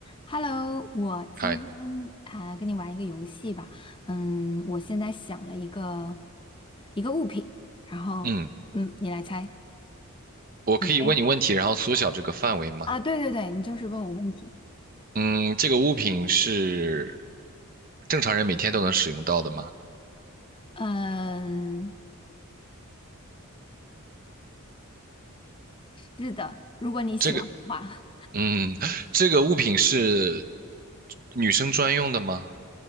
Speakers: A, on the left (about 20°); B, on the right (about 40°).
A: Hello，我今天
B: 嗨，
A: 啊、跟你玩一个游戏吧。嗯，我现在想了一个一个物品，然后嗯，
B: 嗯，
A: 你来猜，
B: 我可以问你问题，
A: 你可以
B: 然后缩小这个范围吗？
A: 啊，对对对，你就是问我问题。
B: 嗯，这个物品是正常人每天都能使用到的吗？
A: 嗯，是的，如果你喜欢的话，
B: 这个，嗯，这个物品是女生专用的吗？